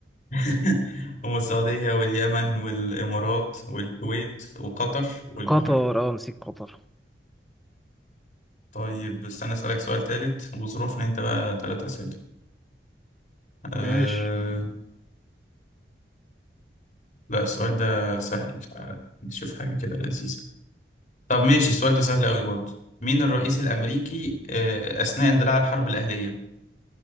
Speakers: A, on the left (about 45°); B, in the centre.
A: <laughs> هم السعودية واليمن والامارات والكويت وقطر والبحرين
B: قطر اه نسيت قطر
A: طيب استنى اسألك سؤال ثالث وظروفنا انت بقى ثلاث اسئلة أه...
B: ماشي
A: لا السؤال ده سهل تعالى نشوف حاجة كده لذيذة طب ماشي السؤال ده سهل قوي برضه مين الرئيس الامريكي آه، اثناء اندلاع الحرب الاهلية